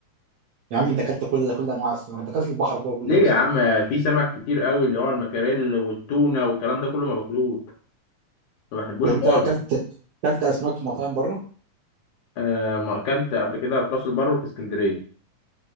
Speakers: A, on the right; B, on the left.
A: يا عم أنت أكلت كل كل أنواع السمك أنت أكلت البحر كله
B: ليه
A: يا مصطفى
B: يا عم في سمك كتير قوي اللي هو المكاريل والتونه والكلام ده كله ما باكلوش ما بحبوش
A: طب أنت
B: خالص
A: أكلت أكلت أسماك في مطاعم بره
B: آه ما اكلت قبل كده في راس البر وفي اسكندريه